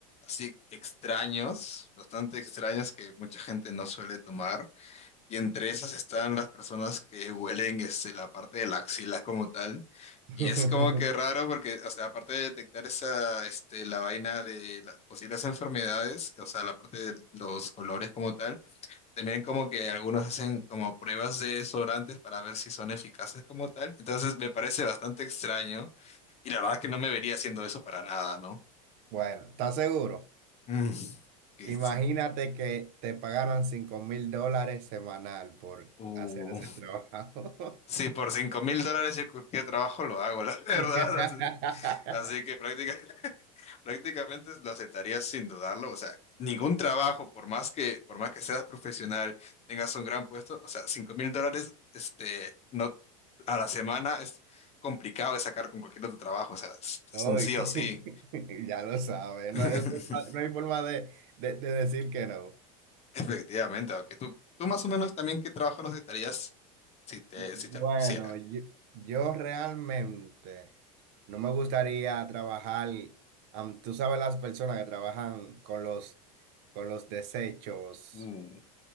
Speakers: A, on the left; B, on the right.
A: así extraños, bastante extraños que mucha gente no suele tomar. Y entre esas están las personas que huelen este, la parte de la axila como tal.
B: <laughs>
A: Y es como que raro porque, o sea, aparte de detectar esa, este, la vaina de las posibles enfermedades, o sea, la parte de los olores como tal, también como que algunos hacen como pruebas de desodorantes para ver si son eficaces como tal. Entonces me parece bastante extraño y la verdad es que no me vería haciendo eso para nada, ¿no?
B: Bueno, ¿estás seguro?
A: Mm, eso.
B: Imagínate que te pagaran cinco mil dólares semanal por
A: Uh,
B: hacer ese trabajo.
A: sí, por cinco mil dólares yo cualquier trabajo lo hago, la <laughs> verdad.
B: <laughs>
A: Así que práctica- <laughs> prácticamente lo aceptarías sin dudarlo. O sea, ningún trabajo, por más que, por más que seas profesional, tengas un gran puesto, o sea, cinco mil dólares, este, no, a la semana es complicado de sacar con cualquier otro trabajo. O sea, es,
B: Uy,
A: es un sí o sí.
B: <laughs> ya lo sabes,
A: <laughs>
B: no, hay forma no hay forma de, de- de decir que no.
A: Efectivamente, aunque tú, tú más o menos también qué trabajo no aceptarías si te,
B: Bueno,
A: si te lo pusieran.
B: yo, yo realmente no me gustaría trabajar, am, tú sabes las personas que trabajan con los, con los desechos.
A: Uh,